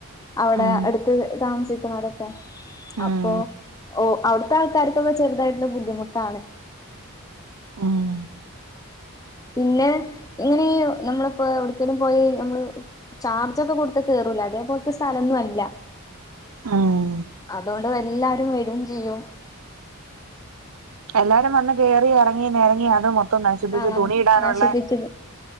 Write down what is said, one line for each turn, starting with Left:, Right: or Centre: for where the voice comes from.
Left: അവടെട്ത്ത്
Right: ഉം
Left: താമസിക്കുന്നോരൊക്കെ
Right: ഉം
Left: അപ്പൊ ഓ ഔട്ത്തെ ആൾക്കാര്ക്കൊക്കെ ചെറുതായിട്ട്ത് ബുദ്ധിമുട്ടാണ്.
Right: ഉം
Left: പിന്നെ ഇങ്ങനീ നമ്മള്പ്പോ ഒട്ക്കേലും പോയാ നമ്മള് ചാർജൊക്കെ കൊട്ത്ത് കേറൂലേ അതെപോൽത്തെ സ്ഥലന്നു അല്ല.
Right: ഉം
Left: അതോണ്ടെല്ലാരും വെരും ചെയ്യും.
Right: എല്ലാരും വന്ന് കേറിയെറങ്ങി നെരങ്ങി അത് മൊത്തം നശിപ്പിച്ച്
Left: ആഹ്
Right: തുണിയിടാനുള്ള
Left: നശിപ്പിച്ച്